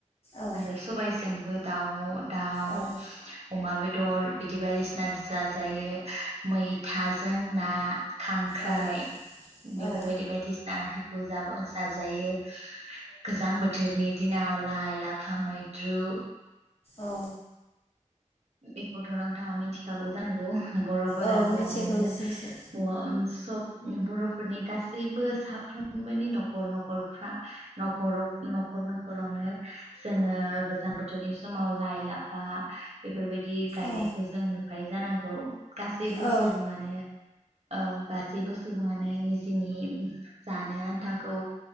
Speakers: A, on the left; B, on the right.
A: औ
B: आरो सबायजोंबो दाउ दाउ
A: औ
B: अमा बेद दर बिदि बायदिसिना जाजायो मैथाजों ना खांख्राइ
A: औ
B: बेफोरबायदि
A: औ
B: बायदिसिना ओंख्रिखौ जाबा जाजायो गोजां बोथोरनि दिनाव लाय लाफा मैद्रु
A: औ
B: बेखौथ नोंथाङा मिथिखागौ जानांगौ। बरफोरा
A: औ
B: नआवनो
A: मिथिगौ एसे एसे
B: नआव ओम सब बर'फोरनि गासैबो साफ्रोमबोनि नखर नखरफ्रा नखराव नखर नखरावनो जोङो गोजां बोथोरनि समाव लाइ लाफा बेफोरबायदि दि गायनायखौ
A: औ
B: जों नु बाय जानांगौ। गासैबो
A: औ
B: सुबुङानो औ गासैबो सु बुङानो निजिनि जानो आन्थाखौ